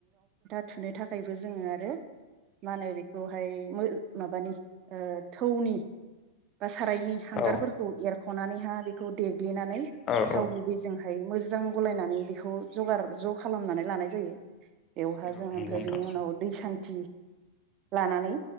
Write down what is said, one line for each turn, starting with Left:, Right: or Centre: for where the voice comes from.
Right: थुनो थाखायबो जोङो आरो मा होनो बेखौहाय मो माबानि थौनि बास सारायनि हांगारफोरखौ
Left: औ
Right: एर खनानै हा बेखौ देनानै
Left: औ
Right: थाव
Left: औ
Right: गुबैजोंहाय मोज जां गलायनानै बेखौ जगार ज' खालामनानै लानाय जायो बेवहा
Left: नंगौ
Right: जों ओमफ्राय
Left: नोंथां
Right: बिनि उनाव दै सान थि लानानै।